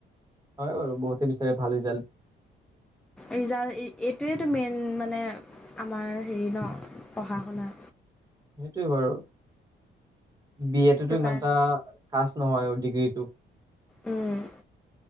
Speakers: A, on the right; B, in the centre.
A: হয় বাৰু বহুতে বিচাৰে ভাল ৰিজাল্ট।
B: ৰিজাল্ট এইটোৱেতো মেইন মানে আমাৰ হেৰি ন পঢ়া শুনা।
A: সেইটোৱে বাৰু বি এ
B: সেইটো
A: টোতো ইমানটা
B: কাৰণে
A: খাছ নহয় সেইটো
B: উম